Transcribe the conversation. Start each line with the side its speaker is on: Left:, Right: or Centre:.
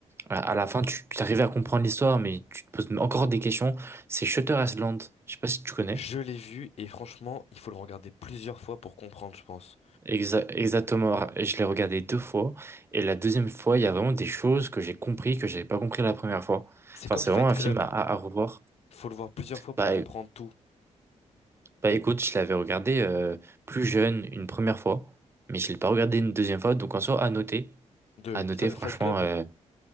Right: À à la fin, tu tu arrives à comprendre l'histoire, mais tu te poses encore des questions. C'est Shutter Island. Je sais pas si tu connais.
Left: Je l'ai vu et franchement, il faut le regarder plusieurs fois pour comprendre, je pense.
Right: Exa- Exactement, je l'ai regardé deux fois et la deuxième fois, il y a vraiment des choses que j'ai compris que j'avais pas compris la première fois.
Left: C'est
Right: Enfin,
Left: comme
Right: c'est
Left: Fight
Right: vraiment un
Left: Club.
Right: film à, à- à revoir.
Left: Faut le voir plusieurs fois pour
Right: Bah,
Left: comprendre
Right: é-
Left: tout.
Right: bah écoute, je l'avais regardé euh, plus jeune une première fois, mais je l'ai pas regardé une deuxième fois, donc en soi, à noter.
Left: De
Right: À noter,
Left: Fa-
Right: franchement,
Left: Fight Club,
Right: euh,